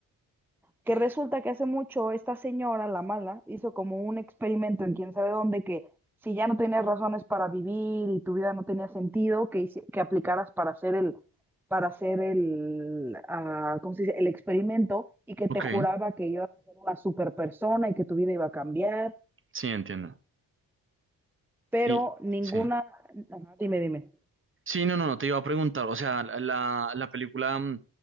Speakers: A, in the centre; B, on the right (about 30°).
A: que resulta que hace mucho esta señora, la mala, hizo como un experimento en quién sabe dónde que si ya no tenías razones para vivir y tu vida no tenía sentido, que, hici- que aplicaras para hacer el, para hacer el, ah, ¿cómo se dice? El experimento y que
B: ok,
A: te juraba que ibas a ser una super persona y que tu vida iba a cambiar,
B: sí, entiendo.
A: pero
B: Y,
A: ninguna,
B: sí.
A: Ajá, dime, dime.
B: Sí, no, no, no, te iba a preguntar, o sea, la, la la película, mm,